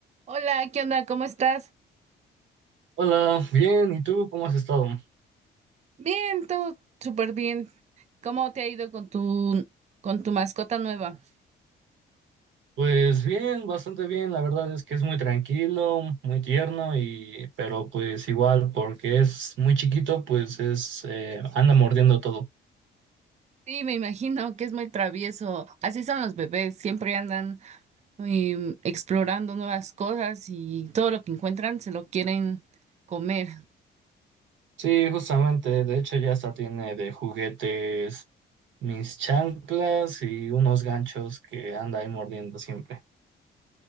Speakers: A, on the right; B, on the right.
A: Hola, ¿qué onda? ¿Cómo estás?
B: Hola, bien, ¿y tú cómo has estado?
A: Bien, todo súper bien. ¿Cómo te ha ido con tu con tu mascota nueva?
B: Pues bien, bastante bien, la verdad es que es muy tranquilo, muy tierno y pero pues igual porque es muy chiquito, pues es eh, anda mordiendo todo.
A: Sí, me imagino que es muy travieso. Así son los bebés, siempre andan em, explorando nuevas cosas y todo lo que encuentran se lo quieren comer.
B: Sí, justamente, de hecho ya hasta tiene de juguetes mis chanclas y unos ganchos que anda ahí mordiendo siempre.